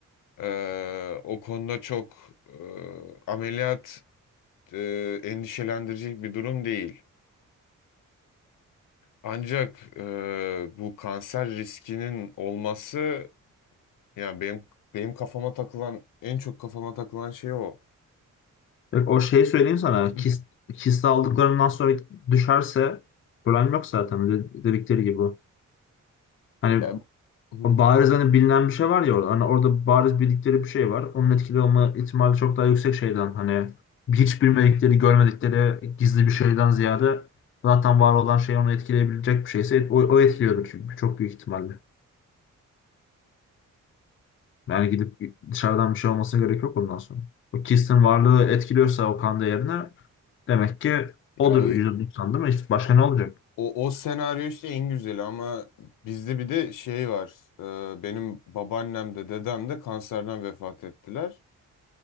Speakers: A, on the left (about 90°); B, on the left (about 40°).
A: eee, o konuda çok eee, ameliyat eee, endişelendirecek bir durum değil. Ancak e, bu kanser riskinin olması yani benim benim kafama takılan en çok kafama takılan şey o.
B: Bak, o şeyi söyleyeyim sana.
A: <clears throat>
B: Kist, kist aldıklarından sonra düşerse problem yok zaten. De- dedikleri gibi. Hani
A: Ya, hı,
B: O bariz hani bilinen bir şey var ya orada. Hani orada bariz bildikleri bir şey var. Onun etkili olma ihtimali çok daha yüksek şeyden. Hani hiç bilmedikleri, görmedikleri gizli bir şeyden ziyade zaten var olan şey onu etkileyebilecek bir şeyse o, o etkiliyordur çünkü çok büyük ihtimalle. Yani gidip dışarıdan bir şey olmasına gerek yok ondan sonra. O Kist'in varlığı etkiliyorsa o kan değerine demek ki
A: ya
B: odur %90 değil mi? İşte başka ne olacak?
A: o, o senaryo işte en güzeli ama bizde bir de şey var. Ee, benim babaannem de dedem de kanserden vefat ettiler.